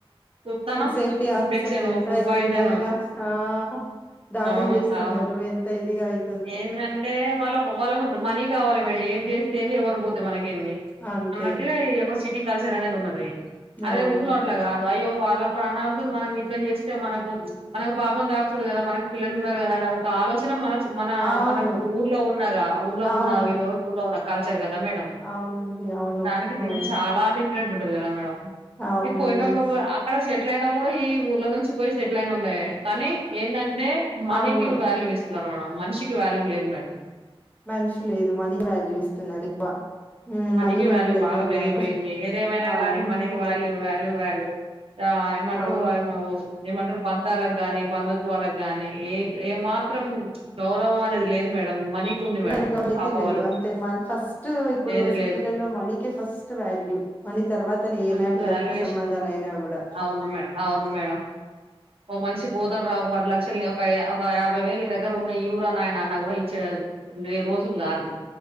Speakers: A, on the right; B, on the left.
A: చూత్తానం
B: ఫుడ్ సేఫ్టీ
A: ఇన్ఫెక్షన్
B: ఆఫీసర్స్ ఎంత
A: ఫుడ్
B: ఎన్ని
A: పాయిజన్
B: విధాల్గా ఆ దాడుల్
A: అవును
B: చేస్తున్నారు
A: అవును
B: ఎంత ఇదిగా అయి
A: ఏందంటే వాళ్ళకు వాళ్ళకు మనీ కావాలె మేడం ఏం చేస్తేంది ఎవరు పోతే మన కేంది
B: అంతే
A: అన్నట్టుగా ఈ ఒక సిటీ కల్చర్ అనేద్ ఉన్నది. అదే
B: అవును
A: ఊర్లో అట్ల గాదు అయ్యో వాళ్ళ ప్రాణాలతోన్ మనం ఇట్ల చేస్తే మనకు మనకు పాపం తాకుతుంది గదా మనక్ పిల్లలున్నారు గదా ఆ ఒక్క ఆలోచన మనస్ మనా
B: అవును
A: మనకు ఊర్లో ఉన్నగా ఊర్లో
B: అవును
A: ఉన్న విల్వల్ ఊర్లో ఉన్న కల్చర్ గ ద మేడం
B: అవునండి అవును
A: దానికి దీనికి
B: అవును
A: చాలా డిఫరెంట్ ఉంటది గదా మేడం.
B: అవునండి
A: ఈ పోయినోళ్ళు అక్కడ సెటిలైనోళ్ళు గుడ ఈ ఊర్ల నుంచి పోయి సెటిల్ అయినోళ్ళే కానీ ఏందం డే మనీకి
B: అవును
A: వాల్యూవ్ ఇస్తున్నారు మేడం మనిషికి వాల్యూ లేదు మేడం
B: మనిషి లేదు మనికి వాల్యూ ఇస్తున్నారు ఎక్కువ. హ్మ్.
A: మనికి
B: మనీ మైండెడ్
A: వాల్యూ
B: అయిపోతున్నారు
A: బాగా పెరిగిపోయింది ఏదేమైనా
B: అవును
A: గానీ మనికి వాల్యూ ఇవ్వా లు వాల్యూ ఆ ఏమంటరు
B: అవును
A: వయామో ఏమంటరు బంధాలకు గాని బంధుత్వాలకు గాని ఏ ఏ మాత్రం గౌరవం అనేది లేదు మేడం. మనీకి
B: <inaudible>
A: ఉంది మేడం
B: గమితి
A: ఆ పవరు
B: లేదు అంతే మన్ ఫస్ట్ ఇప్పుడు
A: లేదు
B: సిటీలలో
A: లేదు
B: మనీకే ఫస్ట్ వ్యా మనీ తర్వాతనే
A: మంచి
B: ఎలాంటి
A: వాల్యుయేషన్
B: రక్త సంబంధాలైనా
A: ఉంది.
B: గుడా
A: అవును మే అవును మేడం ఓ మనిషి బోతడ్రా ఒక పది లక్షల్ని ఒక య ఒక యాభై వేల్ నీ దగ్గర ఉన్నయి ఇవ్వురా నాయన అన్న గుడా ఇచ్చే వే రోజుల్ గాదు.